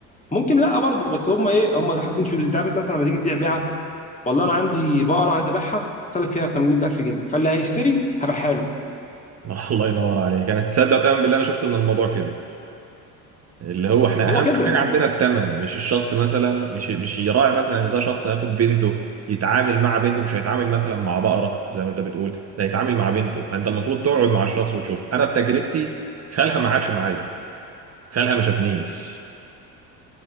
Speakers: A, on the left; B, on the right.
A: ممكن لا برضه بس هم ايه هم حاطين شروط انت عارف انت مثلا لما تيجي تبيع بيعه والله انا عندي بقره عايز ابيعها طالب فيها 500000 جنيه فاللي هيشتري هبيعها له
B: <laughs> الله ينور عليك أنا تصدق وتؤمن بالله أنا شفت إن الموضوع كده اللي هو احنا
A: هو
B: اهم
A: كده
B: حاجه عندنا الثمن مش الشخص مثلا مش مش يراعي مثلا ان ده شخص هياخد بنته يتعامل مع بنته مش هيتعامل مثلا مع بقره زي ما انت بتقول ده هيتعامل مع بنته فانت المفروض تقعد مع الشخص وتشوف انا في تجربتي خالها ما عادش معايا خالها ما شافنيش